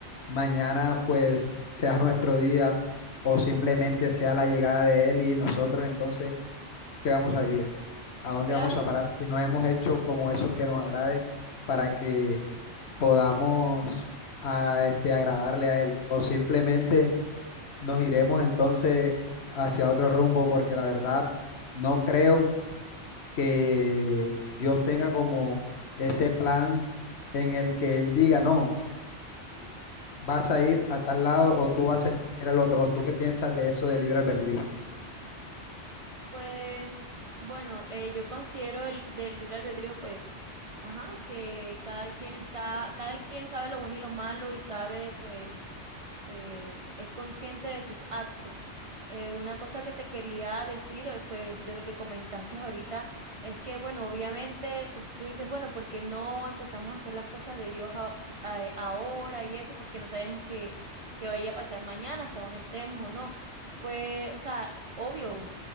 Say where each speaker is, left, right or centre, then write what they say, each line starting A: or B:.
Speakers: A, on the left (about 65°); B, on the right (about 55°).
A: mañana pues sea nuestro día o simplemente sea la llegada de Él y nosotros entonces, ¿qué vamos a vivir? ¿A dónde
B: Claro,
A: vamos a parar si no hemos hecho como eso que nos agrade para que podamos a, este, agradarle a él o simplemente nos iremos entonces hacia otro rumbo porque la verdad no creo que Dios tenga como ese plan en el que él diga, no, vas a ir a tal lado o tú vas a ir al otro o tú qué piensas de eso de libre albedrío.
B: Pues bueno, eh, yo considero el del libre albedrío, pues ajá, que cada quien está, cada quien sabe lo bueno y lo malo y sabe, pues, eh, es consciente de sus actos. Eh, una cosa que te quería decir, eh, pues, de lo que comentaste ahorita, es que, bueno, obviamente tú, tú dices, bueno, ¿por qué no empezamos a hacer las cosas de Dios a- a- ahora y eso? Porque no sabemos qué qué vaya a pasar mañana, si aún estemos o no. Pues, o sea, obvio